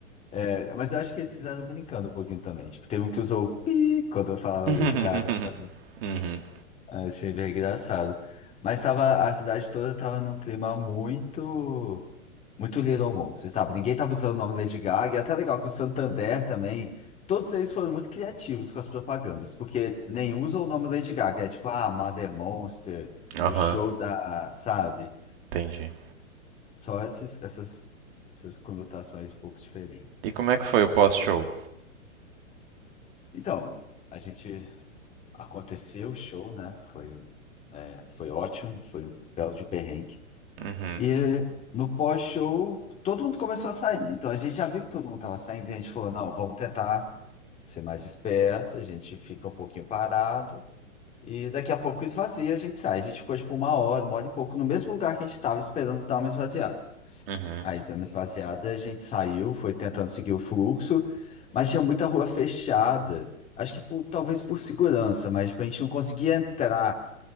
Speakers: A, on the left; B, on the right.
A: é, mas eu acho que eles fizeram brincando um pouquinho também. Tipo, tem um que usou o pi quando eu falava
B: <laughs>
A: Lady Gaga, sabe?
B: Uhum.
A: Eu achei bem engraçado. Mas tava, a cidade toda tava num clima muito, muito Little Mon, você sabe? Ninguém tava usando o nome Lady Gaga. E é até legal que o Santander também, todos eles foram muito criativos com as propagandas, porque nem usa o nome Lady Gaga. É tipo, ah, Mother Monster,
B: Aham,
A: o show da, sabe?
B: entendi.
A: Só esses, essas, essas conotações um pouco diferentes.
B: E como é que foi o pós-show?
A: Então, a gente aconteceu o show, né? Foi, é, foi ótimo, foi um belo de um perrengue.
B: Uhum.
A: E no pós-show, todo mundo começou a sair. Então a gente já viu que todo mundo estava saindo, e a gente falou, não, vamos tentar ser mais esperto, a gente fica um pouquinho parado. E daqui a pouco esvazia, a gente sai. A gente ficou tipo uma hora, uma hora e pouco, no mesmo lugar que a gente estava esperando dar uma esvaziada.
B: Uhum.
A: Aí deu uma esvaziada, a gente saiu, foi tentando seguir o fluxo, mas tinha muita rua fechada. Acho que por- talvez por segurança, mas tipo, a gente não conseguia entrar